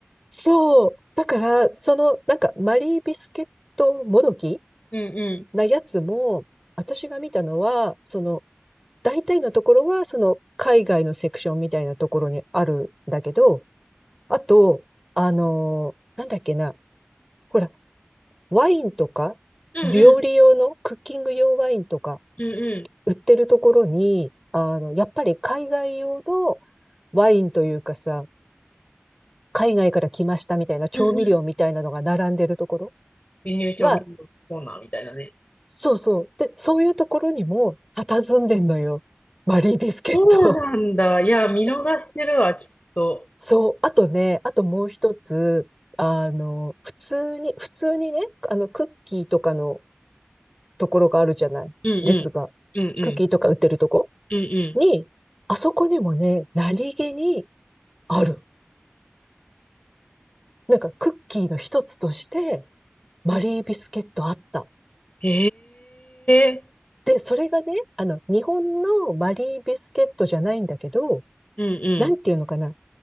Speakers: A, in the centre; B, on the left.
A: そう。だから、その、なんか、マリービスケットもどき
B: うんうん。
A: なやつも、私が見たのは、その、大体のところは、その、海外のセクションみたいなところにあるんだけど、あと、あのーなんだっけな、ほら、ワインとか、
B: うんうん。
A: 料理用の、クッキング用ワインとか、
B: うんうん。
A: 売ってるところに、あの、やっぱり海外用のワインというかさ、海外から来ましたみたいな調味料みたいなのが並んでるところ
B: うんうん。輸入調味料コーナーみたいなね。
A: が、そうそう。で、そういうところにも、佇んでんのよ。マリービスケット。
B: そうなんだ。いや、見逃してるわ、きっと。
A: そう。あとね、あともう一つ、あの、普通に、普通にね、あの、クッキーとかのところがあるじゃない。
B: うんうん。
A: 列が。
B: うんうん。
A: クッキーとか売ってるとこ
B: うんうん。
A: に、あそこにもね、何気にある。なんかクッキーの一つとして、マリービスケットあった。
B: へえ。
A: で、それがね、あの、日本のマリービスケットじゃないんだけど、
B: うんうん。
A: なんていうのかな。